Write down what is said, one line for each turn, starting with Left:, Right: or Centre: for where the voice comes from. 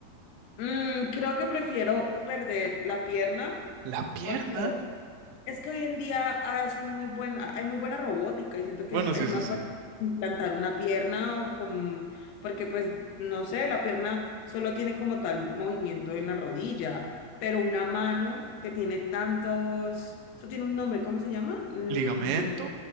Left: mm, creo que prefiero perder la pierna
Right: ¿La pierna?
Left: porque Es que hoy en día hacen muy buena, hay muy buena robótica y siento que
Right: Bueno,
Left: es
Right: sí, eso
Left: más
Right: sí.
Left: fácil implantar una pierna o con, porque pues no sé, la pierna solo tiene como tal movimiento en la rodilla, pero una mano que tiene tantos, eso tiene un nombre, ¿cómo se llama? Mm,
Right: ¿Ligamento?